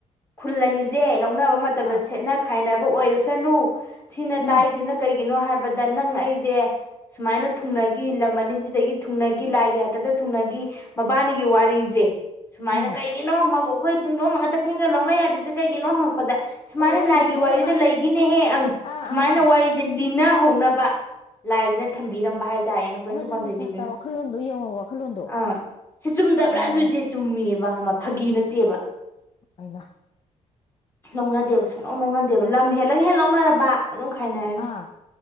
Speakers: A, on the left; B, on the left.
A: ꯈꯜꯂꯅꯤ ꯎꯆꯦꯛ ꯂꯧꯅꯕ ꯃꯇꯝꯗ
B: ꯑꯥ
A: ꯁꯦꯠꯅ ꯍꯥꯏꯥꯏꯅꯕ ꯑꯣꯏꯔꯁꯅꯨ ꯁꯤꯅ
B: ꯎꯝ
A: ꯇꯥꯏꯁꯤꯅ ꯀꯩ ꯀꯩꯒꯤꯅꯣ ꯍꯥꯏꯕꯗ ꯅꯪ ꯑꯩꯁꯦ ꯁꯨꯃꯥꯏꯅ ꯊꯨꯡꯅꯈꯤ ꯂꯝ ꯑꯅꯤꯁꯤꯗꯒꯤ ꯊꯨꯡꯅꯈꯤ ꯂꯥꯏꯒꯤ ꯍꯥꯛꯇꯛꯇ ꯊꯨꯡꯅꯈꯤ ꯃꯕꯥꯅꯤꯒꯤ ꯋꯥꯔꯤꯁꯦ ꯁꯨꯃꯥꯏꯅ
B: ꯎꯝ
A: ꯀꯩꯒꯤꯅꯣ ꯃꯕꯣꯛ ꯑꯩꯈꯣꯏ ꯄꯨꯡꯗꯣ ꯑꯃ ꯃꯛꯇ ꯊꯦꯡꯒ ꯂꯧꯅ ꯌꯥꯗꯦ ꯀꯩꯒꯤꯅꯣꯍꯣ ꯂ ꯁꯨꯃꯥꯏꯅ
B: ꯑꯣ ꯋꯥꯔꯤꯗꯨ
A: ꯂꯥꯏꯒꯤ
B: ꯄꯨꯊꯣꯛꯅꯕ
A: ꯋꯥꯔꯤꯗ ꯂꯩꯈꯤꯅꯦꯍꯦ ꯑꯪ
B: ꯑꯥ
A: ꯁꯨꯃꯥꯏꯅ
B: ꯑꯥ ꯑꯥ
A: ꯋꯥꯔꯤꯁꯦ ꯂꯤꯅꯍꯧꯅꯕ ꯂꯥꯏꯁꯤꯅ ꯊꯝꯕꯤꯔꯝꯕ ꯍꯥꯏ ꯇꯥꯏꯌꯦꯅ ꯄꯨꯣꯏꯅ
B: ꯑꯣ
A: ꯑꯗꯨ
B: ꯆꯥ
A: ꯄꯟꯊꯣꯏꯕꯤꯁꯤꯅ
B: ꯆꯥ ꯆꯥ ꯆꯥ ꯋꯥꯈꯜꯂꯣꯟꯗꯣ ꯌꯦꯡꯉꯣ ꯋꯥꯈꯜꯂꯣꯟꯗꯣ
A: ꯑꯥ ꯁꯤ ꯆꯨꯝꯗꯕ꯭ꯔꯥꯖꯨꯏꯆꯦ
B: ꯑꯣ
A: ꯆꯨꯝꯃꯤꯕ ꯋꯥ ꯑꯃ ꯐꯥꯒꯤ ꯅꯠꯇꯦꯕ
B: ꯑꯩꯅ
A: ꯂꯧꯅꯗꯦꯕ ꯁꯨꯡꯂꯧ ꯂꯧꯅꯗꯦꯕ ꯂꯝ ꯍꯦꯜꯂ ꯅꯟꯪ ꯍꯦꯛ ꯂꯧꯅꯔꯕ ꯑꯗꯨꯝ ꯈꯥꯏꯅꯔꯅꯤ
B: ꯑꯥ